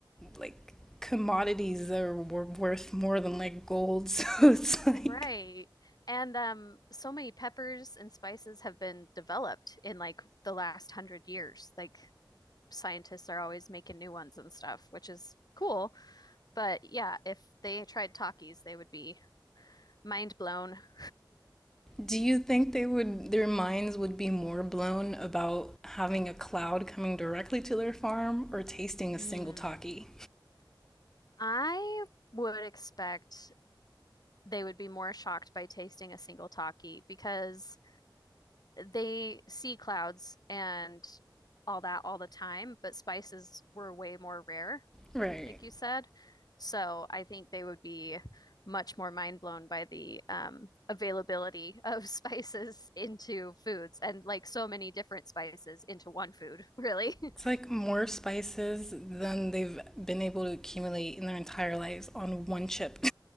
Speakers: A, in the centre; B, on the left.
A: like commodities that were worth more than like gold. <laughs> So it's like
B: Right. And um, so many peppers and spices have been developed in like the last hundred years. Like scientists are always making new ones and stuff, which is cool. But yeah, if they tried Takis, they would be mind blown. <laughs>
A: Do you think they would their minds would be more blown about having a cloud coming directly to their farm or tasting a
B: Hmm.
A: single taki?
B: I would expect they would be more shocked by tasting a single Taki because they see clouds and all that all the time, but spices were way more rare.
A: Right.
B: like you said. So I think they would be much more mind blown by the um, availability <laughs> of spices into foods and like so many different spices into one food, really. <laughs>
A: It's like more spices than they've been able to accumulate in their entire lives on one chip.